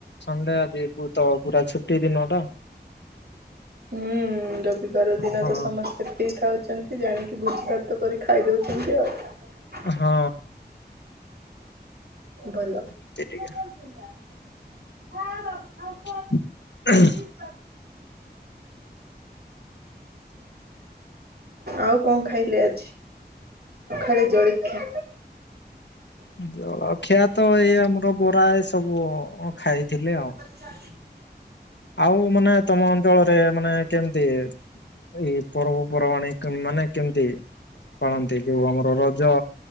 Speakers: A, on the left (about 85°); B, on the right (about 65°).
A: ସଣ୍ଡେ ଆଜି ପୂ ତ ପୁରା ଛୁଟି ଦିନ ଟା।
B: ହୁଁ। ରବିବାର ଦିନ
A: ହଁ
B: ତ ସମସ୍ତେ ସେତିକି ଥାଉଛନ୍ତି ଜାଣିକି ଭୋଜି ଭାତ କରି ଖାଇଦଉଛନ୍ତି ଆଉ
A: ହଁ।
B: ଭଲ।
A: ଏଠିକି ଆ।
B: ଏ ବାବୁ <inaudible> ଖ ଅ
A: <inaudible>
B: ଖ <inaudible> <inaudible> ଆଉ କଣ ଖାଇଲେ ଆଜି? ଆରେ ଜଳଖିଆ।
A: ଜଳ ଖିଆ ତ ଏଇ ଆମର ବରା ଏ ସବୁ ଖାଇଥିଲି ଆଉ
B: ଚା
A: ଆଉ ମାନେ ତମ ଅଞ୍ଚଳରେ ମାନେ କେମିତି? ଏଇ ପର୍ବପର୍ବାଣି। କାଲି ମାନେ କେମିତି <inaudible> ପାଳନ୍ତି। ଯୋଉ ଆମର ରଜ।